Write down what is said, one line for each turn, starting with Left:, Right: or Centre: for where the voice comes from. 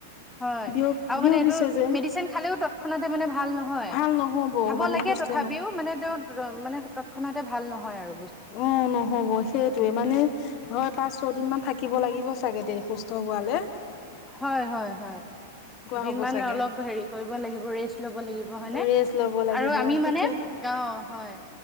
Centre: হয়।
Left: বিয়
Centre: আৰু
Left: বিয়পিছে
Centre: মানে এইটো
Left: যে
Centre: মেডিচিন খালেও তৎক্ষণাতে মানে ভাল নহয়।
Left: ভাল নহ'ব
Centre: খাব
Left: মানে
Centre: লাগে
Left: সুস্থ
Centre: তথাপিও মানে তেওঁ তৎক্ষণাতে ভাল নহয় আৰু বস্তুটো
Left: উম, নহব, সেইটোৱেই মানে। ঘৰত পাঁচ-ছয় দিন মান থাকিব লাগিব চাগে দে সুস্থ হোৱা লৈকে।
Centre: হয়, হয়, হয়। দুদিনমান
Left: হ'ব চাগে
Centre: অলপ হেৰি কৰিব লাগিব, ৰেষ্ট ল'ব লাগিব, হয়নে?
Left: ৰেষ্ট ল'ব লাগিব
Centre: আৰু আমি
Left: তেতিয়া
Centre: মানে, অ', হয়।